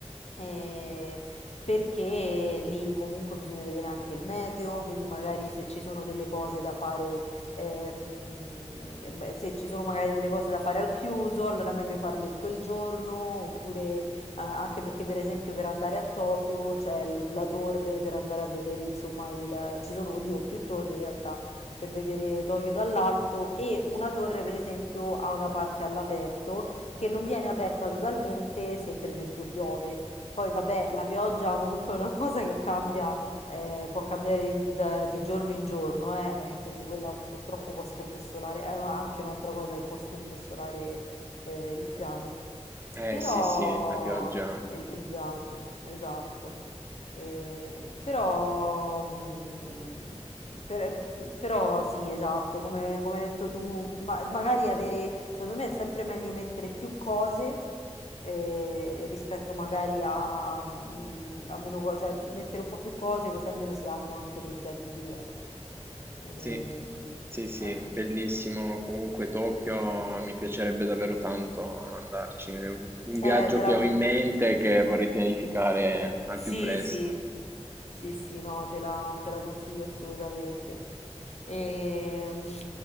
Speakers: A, on the left; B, on the right.
A: eh, perché lì comunque bisogna vedere anche il meteo, quindi magari se ci sono delle cose da fare, eh, mh, eh, beh, se ci sono magari delle cose da fare al chiuso, allora è meglio farle in quel giorno, oppure eh, anche perché per esempio per andare a Tokyo c'è l- la torre per andare a vedere, insomma, il, ci sono, oddio, più torri in realtà per vedere Tokyo dall'alto e una torre per esempio ha una parte all'aperto che non viene aperta totalmente se per esempio piove. Poi vabbè, la pioggia comunque è una <laughs> cosa che cambia, eh, può cambiare di, da- di giorno in giorno, eh, eh, quindi quella purtroppo può scombussolare, è una- anche un'altra cosa che può scombussolare eh, il piano.
B: Eh
A: Però
B: sì, sì, la pioggia.
A: il, il viaggio, esatto. Eh, però, mm, per- però sì, esatto, come, come hai detto tu, ma- magari avere, secondo me è sempre meglio mettere più cose eh, rispetto magari a, mm, a meno cose, cioè mettere un po' più cose così almeno si hanno anche dei piani B, ecco. Ehm,
B: Sì, sì, sì,
A: eh.
B: bellissimo. Comunque Tokyo mi piacerebbe davvero tanto andarci. Un un viaggio
A: Eh, te
B: che
A: la,
B: ho in mente e che vorrei pianificare al
A: Sì,
B: più presto.
A: sì, sì, sì, no, te la, te la consiglio assolutamente. Ehm,